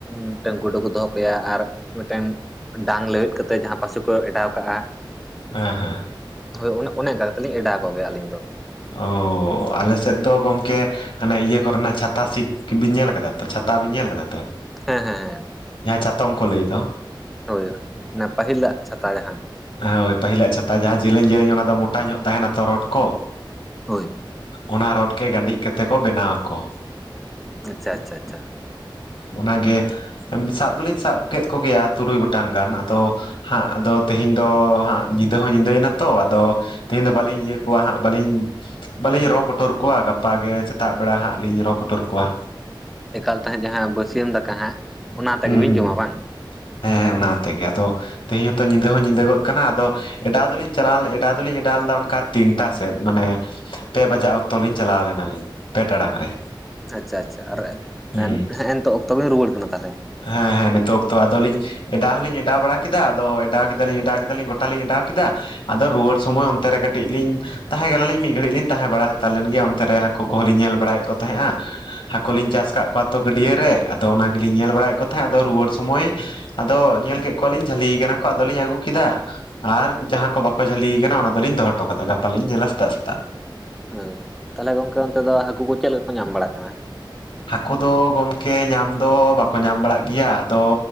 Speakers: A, in the centre; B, on the left.
A: ᱢᱤᱫᱴᱮᱱ ᱜᱩᱰᱩ ᱠᱚ ᱫᱚᱦᱚ ᱠᱟᱭᱟ ᱟᱨ ᱢᱤᱫᱴᱮᱱ ᱰᱟᱝ ᱞᱟᱹᱣᱮᱫ ᱠᱟᱛᱮᱜ ᱡᱟᱦᱟᱸ ᱯᱚᱥᱤ ᱠᱚ ᱮᱰᱟᱣ ᱠᱟᱜᱼᱟ
B: ᱦᱮᱸ ᱦᱮᱸ
A: ᱦᱳᱭ ᱚᱱ ᱚᱱᱮ ᱚᱱᱠᱟ ᱠᱟᱛᱮᱞᱤᱧ ᱚᱰᱟᱣ ᱟᱠᱚ ᱜᱮᱭᱟ ᱟᱹᱞᱤᱧ ᱫᱚ
B: ᱚ ᱟᱞᱮ ᱥᱮᱫ ᱫᱚ ᱜᱚᱢᱠᱮ ᱟᱱᱮ ᱤᱭᱟᱹ ᱠᱚᱨᱮᱱᱟᱜ ᱪᱷᱟᱛᱟ ᱥᱤ ᱵᱤᱱ ᱧᱮᱞ ᱠᱟᱫᱟ ᱛᱚ ᱪᱷᱟᱛᱟ ᱵᱤᱱ ᱧᱮᱞ ᱠᱟᱫᱟ ᱛᱚ
A: ᱦᱮᱸ ᱦᱮᱸ ᱦᱮᱸ
B: ᱡᱟᱦᱟᱸ ᱪᱟᱛᱚᱢ ᱠᱚ ᱞᱟᱹᱭ ᱫᱚ
A: ᱦᱳᱭ ᱚᱱᱟ ᱯᱟᱹᱦᱤᱞᱟᱜ ᱪᱷᱟᱛᱟ ᱡᱟᱦᱟᱸ
B: ᱦᱳᱭ ᱯᱟᱹᱦᱤᱞᱟᱜ ᱪᱷᱟᱛᱟ ᱡᱟᱦᱟᱸ ᱡᱮᱞᱮᱧ ᱡᱮᱞᱮᱧ ᱚᱱᱟ ᱫᱚ ᱢᱳᱴᱟ ᱧᱚᱜ ᱛᱟᱦᱮᱱᱟ ᱛᱚ ᱨᱚᱰ ᱠᱚ
A: ᱦᱳᱭ
B: ᱚᱱᱟ ᱨᱚᱰ ᱜᱮ ᱠᱟᱹᱴᱤᱡ ᱠᱟᱛᱮ ᱠᱚ ᱵᱮᱱᱟᱣ ᱟᱠᱚ
A: ᱟᱪᱪᱷᱟ ᱟᱪᱷᱟ ᱟᱪᱷᱟ
B: ᱚᱱᱟᱜᱮ ᱥᱟᱵ ᱫᱚᱞᱤᱧ ᱥᱟᱵ ᱠᱮᱫ ᱠᱚᱜᱮᱭᱟ ᱛᱩᱨᱩᱭ ᱜᱚᱴᱟᱝ ᱜᱟᱱ ᱟᱫᱚ ᱦᱟᱸᱜ ᱟᱫᱚ ᱛᱮᱦᱤᱧ ᱫᱚ ᱦᱟᱸᱜ ᱧᱤᱫᱟᱹ ᱦᱚᱸ ᱧᱤᱫᱟᱹᱭ ᱱᱟᱛᱚ ᱟᱫᱚ ᱛᱮᱦᱮᱧ ᱫᱚ ᱵᱟᱹᱞᱤᱧ ᱤᱭᱟᱹ ᱠᱚᱣᱟ ᱦᱟᱸᱜ ᱵᱟᱹᱞᱤᱧ ᱵᱟᱹᱞᱤᱧ ᱨᱚ ᱯᱩᱴᱩᱨ ᱠᱚᱣᱟ ᱜᱟᱯᱟᱜ ᱜᱮ ᱥᱮᱛᱟᱜ ᱵᱮᱲᱟ ᱦᱟᱸᱜ ᱞᱤᱧ ᱨᱚ ᱯᱩᱴᱩᱨ ᱠᱚᱣᱟ
A: ᱮᱠᱟᱞ ᱛᱟᱦᱮᱸᱫ ᱡᱟᱦᱟᱸ ᱵᱟᱹᱥᱭᱟᱹᱢ ᱫᱟᱠᱟ ᱦᱟᱸᱜ ᱚᱱᱟ ᱛᱮᱜᱮ
B: ᱦᱩᱸ
A: ᱵᱤᱱ
B: ᱦᱩᱸ
A: ᱡᱚᱢᱟ ᱵᱟᱝ
B: ᱦᱮᱸ ᱚᱱᱟᱛᱮᱜᱮ ᱟᱫᱚ ᱛᱮᱦᱮᱧ ᱦᱚᱛᱚ ᱧᱤᱫᱟᱹ ᱦᱚᱸ ᱧᱤᱫᱟᱹ ᱜᱚᱫ ᱠᱟᱱᱟ ᱟᱫᱚ ᱮᱰᱟᱣ ᱫᱚᱞᱤᱧ ᱪᱟᱞᱟᱣ ᱞᱮ ᱮᱰᱟᱣ ᱫᱚᱞᱤᱧ ᱮᱰᱟᱣ ᱞᱮᱫᱟ ᱚᱱᱠᱟ ᱛᱤᱱᱴᱟ ᱥᱮᱫ ᱢᱟᱱᱮ ᱯᱮ ᱵᱟᱡᱟᱜ ᱚᱠᱛᱚ ᱞᱤᱧ ᱪᱟᱞᱟᱣ ᱞᱮᱱᱟᱞᱤᱧ ᱯᱮ ᱴᱟᱲᱟᱝ ᱨᱮ
A: ᱟᱪᱪᱷᱟ ᱟᱪᱪᱷᱟ ᱟᱨ
B: ᱦᱩᱸ
A: ᱦᱮᱸ ᱱᱤᱛᱚᱜ ᱚᱠᱛᱚ ᱵᱤᱧ ᱨᱩᱣᱟᱹᱲ ᱠᱟᱱᱟ ᱛᱟᱦᱚᱞᱮ
B: ᱦᱮᱸ ᱦᱮᱸ ᱱᱤᱛᱚᱜ ᱚᱠᱛᱚ ᱟᱫᱚ ᱞᱤᱧ ᱮᱰᱟᱣ ᱦᱚᱸᱞᱤᱧ ᱮᱰᱟᱣ ᱵᱟᱲᱟ ᱠᱮᱫᱟ ᱟᱫᱚ ᱮᱰᱟᱣ ᱠᱮᱫᱟᱞᱤᱧ ᱮᱰᱟᱣ ᱠᱮᱫᱟᱞᱤᱧ ᱜᱚᱴᱟᱞᱤᱧ ᱮᱰᱟᱣ ᱠᱮᱫᱟ ᱟᱫᱚ ᱨᱩᱣᱟᱹᱲ ᱥᱚᱢᱚᱭ ᱚᱱᱛᱮ ᱨᱮ ᱠᱟᱹᱴᱤᱡ ᱞᱤᱧ ᱛᱟᱦᱮᱸ ᱠᱟᱱᱟᱞᱤᱧ ᱢᱤᱫ ᱜᱷᱟᱹᱲᱤᱡ ᱞᱤᱧ ᱛᱟᱦᱮᱸ ᱵᱟᱲᱟ ᱦᱟᱲ ᱞᱮᱱ ᱜᱮᱭᱟ ᱚᱱᱛᱮ ᱨᱮ ᱦᱟᱹᱠᱩ ᱠᱚᱦᱚᱸ ᱞᱤᱧ ᱧᱮᱞ ᱵᱟᱲᱟᱭᱮᱫ ᱠᱚ ᱛᱟᱦᱮᱸᱜᱼᱟ ᱦᱟᱹᱠᱚ ᱞᱤᱧ ᱪᱟᱥ ᱟᱠᱟᱫ ᱠᱚᱣᱟ ᱛᱚ ᱜᱟᱹᱰᱭᱟᱹ ᱨᱮ ᱟᱫᱚ ᱚᱱᱟ ᱜᱮᱞᱤᱧ ᱧᱮᱞ ᱵᱟᱲᱟᱭᱮᱫ ᱠᱚ ᱛᱟᱦᱮᱸᱫ ᱟᱫᱚ ᱨᱩᱣᱟᱹᱲ ᱥᱩᱚᱢᱚᱭ ᱟᱫᱚ ᱧᱮᱞ ᱠᱚ ᱠᱚᱣᱟᱞᱤᱧ ᱡᱷᱟᱹᱞᱤ ᱠᱟᱱᱟ ᱠᱚ ᱟᱫᱚᱞᱤᱧ ᱟᱹᱜᱩ ᱠᱮᱫᱟ ᱟᱨ ᱡᱟᱦᱟᱸ ᱠᱚ ᱵᱟᱠᱚ ᱡᱷᱟᱹᱞᱤ ᱠᱟᱱᱟ ᱚᱱᱟ ᱫᱚᱞᱤᱧ ᱫᱚᱦᱚ ᱦᱚᱴᱚ ᱠᱟᱫᱟ ᱜᱟᱯᱟᱞᱤᱧ ᱧᱮᱞᱟ ᱥᱮᱛᱟᱜ ᱥᱮᱛᱟᱜ
A: ᱦᱳᱭ ᱛᱟᱦᱞᱮ ᱜᱚᱝᱠᱮ ᱚᱱᱛᱮ ᱫᱚ ᱦᱟᱹᱠᱩ ᱠᱚ ᱪᱮᱫ ᱠᱚ ᱧᱟᱢ ᱵᱟᱲᱟᱜ ᱠᱟᱱᱟ
B: ᱦᱟᱹᱠᱩ ᱫᱚ ᱜᱚᱢᱠᱮ ᱧᱟᱢ ᱫᱚ ᱵᱟᱠᱚ ᱧᱟᱢ ᱵᱟᱲᱟᱜ ᱜᱮᱭᱟ ᱟᱫᱚ